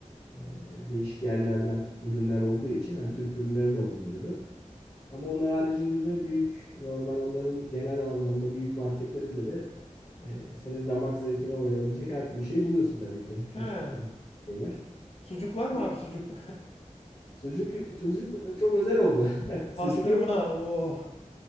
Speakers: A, on the left; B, on the left.
A: e, değişik yerlerden ürünler olduğu için yani Türk ürünleri de bulunuyordu. Ama onun haricinde de büyük normal onların genel anlamda büyük marketlerinde de e, senin damak zevkine uyabilecek her türlü şeyi buluyorsun tabii ki. Çok
B: He.
A: e, şeyler.
B: Sucuk var
A: Türk-
B: mı abi sucuk?
A: Sucuk, sucuk çok özel oldu.
B: <laughs>
A: <laughs> Sucuk
B: Pastırma.
A: yok
B: Oo.